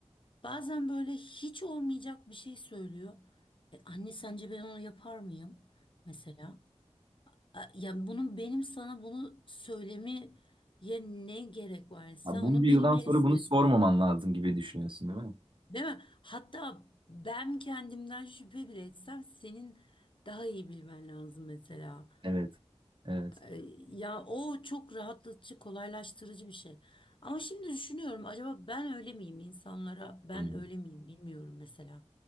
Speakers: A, on the left (about 50°); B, on the right (about 50°).
A: bazen böyle hiç olmayacak bir şey söylüyor. E, anne sence ben onu yapar mıyım? Mesela. E, Yani bunun benim sana bunu söylemeye ne gerek var? Yani Sen
B: Ya bunca
A: onu
B: yıldan
A: bilmelisin.
B: sonra bunu sormaman lazım gibi düşünüyorsun değil mi?
A: Değil mi? Hatta ben kendimden şüphe bile etsem senin daha iyi bilmen lazım mesela.
B: Evet. Evet.
A: Ee, ya o çok rahatlatıcı, kolaylaştırıcı bir şey. Ama şimdi düşünüyorum acaba ben öyle miyim insanlara? Ben
B: Hı.
A: öyle miyim bilmiyorum mesela.